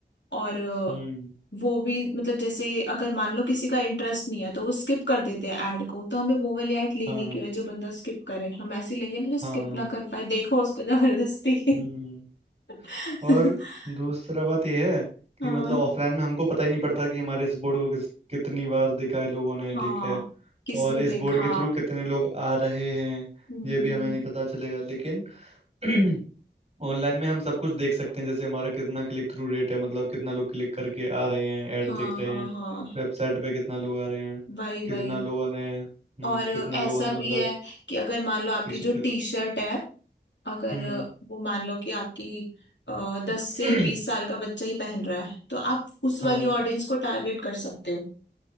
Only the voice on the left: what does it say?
और अ,
वो भी मतलब जैसे अगर मान लो किसी का इंटरेस्ट नहीं है तो वो स्किप कर देते हैं ऐड को तो हमें वो वाली ऐड लेनी
क्यों है जो बंदा स्किप करे हम ऐसी लेंगे ना जो स्किप
ना कर पाए देखो उसको जबरदस्ती
<laughs>
हाँ
हाँ
किसने
देखा
हम्म
हम्म,
हाँ
हाँ
हाँ
वही
वही
और
ऐसा
भी
है कि अगर मान लो आपकी
जो टी शर्ट है अगर
वो मान लो कि आपकी दस
से बीस साल का बच्चा ही पहन रहा है तो आप उस
वाली ऑडियंस को टारगेट कर सकते हो